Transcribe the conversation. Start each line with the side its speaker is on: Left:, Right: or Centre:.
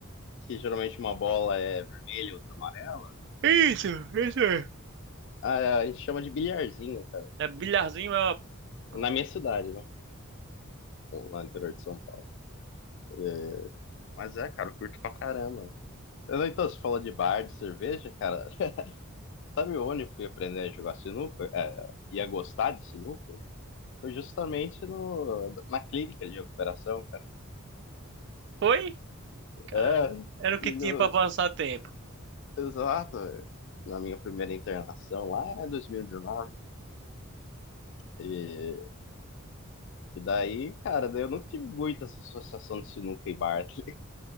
Left: que geralmente uma bola é vermelha, outra amarela.
Right: Isso, isso. É
Left: Ah, é, a gente chama de bilharzinho, cara.
Right: É bilharzinho, é.
Left: Na
Right: uma-
Left: minha cidade, né? Lá no interior de São Paulo. É, Mas é, cara, eu curto pra caramba. Eu não- Então, você falou de bar, de cerveja, cara. Sabe onde eu fui aprender a jogar sinuca, é, e a gostar de sinuca? Foi justamente no, na clínica de recuperação, cara.
Right: Foi? Cara,
Left: É,
Right: era o
Left: digo,
Right: que tinha pra passar tempo.
Left: exato. Na minha primeira internação lá, em 2019. E, dezenove. e e daí, cara, daí eu nunca tive muito essa associação de sinuca e Bartley,